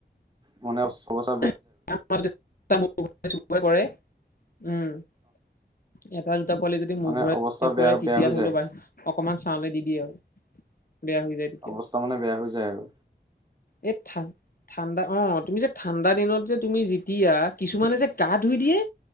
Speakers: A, on the right (about 25°); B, on the left (about 55°).
A: মান, অ'।
B: <unintelligible> এটা, দুটা পোৱালি যদি মোৰ
A: মানে
B: ঘৰত
A: অৱস্থা বেয়া
B: পৰে তেতিয়া
A: বেয়া হৈ
B: ধৰি
A: যায়
B: লও ব। অকমান চাওঁলে দি দিয় বেয়া হৈ যায় তেতিয়া
A: অৱস্থা মানে বেয়া হৈ যায় আৰু
B: এই ঠা-ঠাণ্ডা অ, তুমি যে ঠাণ্ডা দিনত যে তুমি যেতিয়া কিছুমানে যে গা ধুই দিয়ে।